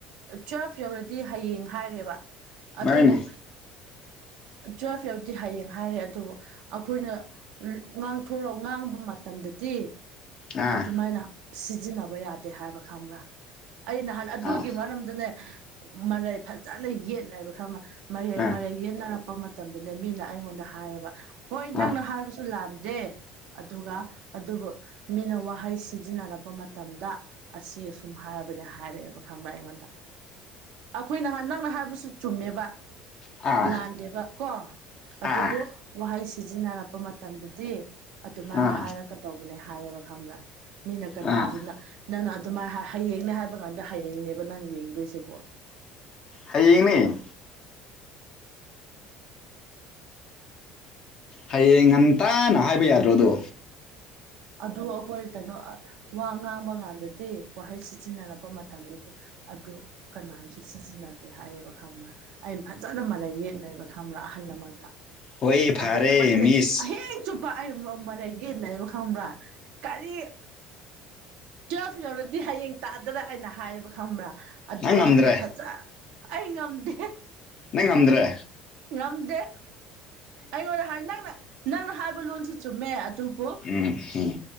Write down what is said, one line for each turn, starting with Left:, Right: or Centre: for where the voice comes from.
Right: ꯇꯨꯋ‌ꯦꯜꯐ ꯌꯧꯔꯗꯤ ꯍꯌꯦꯡ ꯍꯥꯏꯔꯦꯕ ꯑꯗꯨꯕꯨ
Left: ꯍꯣꯏꯅꯦ
Right: ꯇꯨꯋꯦꯜꯐ ꯌꯧꯗꯤ ꯍꯌꯦꯡ ꯍꯥꯏꯔꯦ ꯑꯗꯨꯕꯨ ꯑꯩꯈꯣꯏꯅ꯫ ꯉꯥꯡꯊꯣꯔꯛꯑꯣ ꯉꯥꯡꯕ ꯃꯇꯝꯗꯗꯤ
Left: ꯑꯥ
Right: ꯑꯗꯨꯃꯥꯏꯅ ꯁꯤꯖꯤꯟꯅꯕ ꯌꯥꯗꯦ ꯍꯥꯏꯕ ꯈꯪꯕ꯭ꯔꯥ ꯑꯩ ꯅꯍꯥꯟ ꯑꯗꯨꯒꯤ
Left: ꯑꯥ
Right: ꯃꯔꯝꯗꯅꯦ ꯃꯔꯩ ꯐꯖꯅ ꯌꯦꯠꯅꯩꯕꯔ ꯈꯪꯕ ꯃꯔꯩ
Left: ꯑꯥ
Right: ꯃꯔꯩ ꯌꯦꯠꯅꯔ꯫ ꯄ ꯃꯇꯝꯗꯅ ꯃꯤꯅ ꯑꯩꯉꯣꯟꯗ ꯍꯥꯏꯌꯦꯕ ꯍꯣꯏ
Left: ꯑꯥ
Right: ꯅꯪꯅ ꯍꯥꯏꯕꯁꯨ ꯂꯥꯟꯗꯦ ꯑꯗꯨꯒ ꯑꯗꯨꯕꯨ ꯃꯤꯅ ꯋꯥꯍꯩ ꯁꯤꯖꯤꯟꯅꯔꯛꯄ ꯃꯇꯝꯗ ꯑꯁꯤꯁꯨꯝ ꯍꯥꯏꯕꯅꯦ ꯍꯥꯏꯔꯛꯑꯦꯕ ꯈꯪꯕ꯭ꯔꯥ ꯑꯩꯉꯣꯟꯗ ꯑꯩꯈꯣꯏ ꯅꯍꯟ ꯅꯪꯅ ꯍꯥꯏꯕꯁꯨ ꯆꯨꯝꯃꯦꯕ꯫
Left: ꯑꯥ
Right: ꯂꯥꯟꯗꯦꯕ ꯀꯣ
Left: ꯑꯥ
Right: ꯑꯗꯨꯕꯨ ꯋꯥꯍꯩ ꯁꯤꯖꯤꯟꯅꯔꯛꯄ ꯃꯇꯝꯗꯗꯤ__ ꯑꯗꯨꯃꯥꯏꯅ
Left: ꯑꯥ
Right: ꯍꯥꯏꯔꯛꯀꯗꯧꯕꯅꯦ ꯍꯥꯏꯌꯦꯕ ꯈꯪꯕ꯭ꯔꯥ ꯃꯤꯅ ꯀꯅꯥꯖꯨꯅ
Left: ꯑꯥ
Right: ꯅꯪꯅ ꯑꯗꯨꯃꯥꯏꯅ ꯍ ꯍꯌꯦꯡꯅꯦ ꯍꯥꯏꯕ ꯀꯥꯟꯗ ꯍꯌꯦꯡꯅꯦꯕ ꯅꯪ ꯌꯦꯡꯗꯣꯏꯁꯤ ꯕꯣꯜ
Left: ꯍꯌꯦꯡꯅꯦ꯫ ꯍꯌꯦꯡ ꯉꯟꯇꯥꯅ ꯍꯥꯏꯕ ꯌꯥꯗ꯭ꯔꯣꯗꯣ
Right: ꯑꯗꯨ ꯑꯩꯈꯣꯏ ꯀꯩꯅꯣ ꯋꯥ ꯉꯥꯡꯕ ꯀꯥꯟꯗꯗꯤ ꯋꯥꯍꯩ ꯁꯤꯖꯤꯟꯅꯔꯛꯄ ꯃꯇꯝꯗꯗꯤ ꯑꯗꯨ ꯀꯅꯥꯖꯨ ꯁꯤꯖꯤꯟꯅꯗꯦ ꯍꯥꯏꯌꯦꯕ ꯈꯪꯕꯔ ꯑꯩ ꯐꯖꯅ ꯃꯔ‌ꯩ ꯌꯦꯠꯅꯩꯕ ꯈꯪꯕ꯭ꯔꯥ ꯑꯍꯜ ꯑꯃꯒ
Left: ꯍꯣꯏ ꯐꯔꯦ
Right: ꯑꯗꯨꯏꯗꯃꯛꯇꯅꯦ
Left: ꯃꯤꯁ
Right: ꯑꯍꯤꯡ ꯆꯨꯞꯄ ꯑꯩ ꯃꯥ ꯃꯔꯩ ꯌꯦꯠꯅꯩꯕ ꯈꯪꯕ꯭ꯔꯥ ꯀꯔꯤ ꯇꯨꯌꯦꯜꯐ ꯌꯧꯔꯗꯤ ꯍꯌꯦꯡ ꯇꯥꯗꯔ ꯍꯥꯏꯅ ꯍꯥꯏꯕ ꯈꯪꯕ꯭ꯔꯥ ꯑꯗꯨ
Left: ꯅꯪ ꯉꯝꯗ꯭ꯔꯦ
Right: ꯑꯍꯟꯅ ꯐꯖ ꯑꯩ ꯉꯝꯗꯦ
Left: ꯅꯪ ꯉꯝꯗ꯭ꯔꯦ
Right: ꯉꯝꯗꯦ ꯑꯩꯉꯣꯟꯗ ꯍꯥꯏ ꯅꯪꯅ ꯅꯪꯅ ꯍꯥꯏꯕ ꯂꯣꯟꯁꯨ ꯆꯨꯝꯃꯦ ꯑꯗꯨ꯫ ꯕꯨ
Left: ꯎꯝ ꯎꯝ